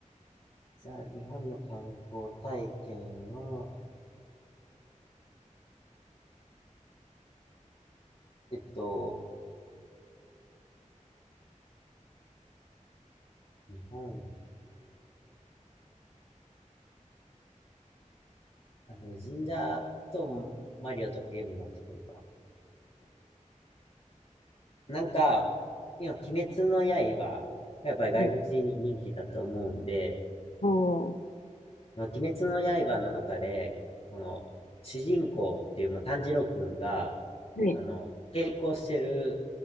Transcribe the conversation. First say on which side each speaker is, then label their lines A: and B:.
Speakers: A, on the left (about 50°); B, on the left (about 80°).
A: じゃあ、日本の観光体験は、えっと、日本、あ、でも神社とマリオとゲームになってくるか。なんか、今、鬼滅の刃、やっぱり外国人に人気だと思うんで、
B: い。おー。
A: まあ鬼滅の刃の中で、この、主人公っていう、まあ、炭治郎くんが、
B: はい。
A: あの、稽古してる、